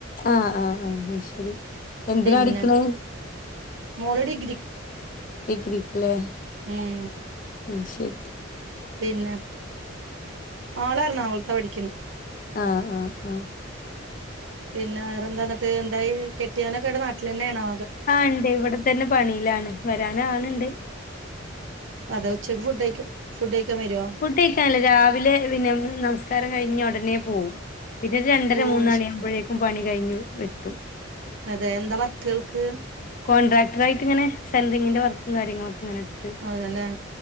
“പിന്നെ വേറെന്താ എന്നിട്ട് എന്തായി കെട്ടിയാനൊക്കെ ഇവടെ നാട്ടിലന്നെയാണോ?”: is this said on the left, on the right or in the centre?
Right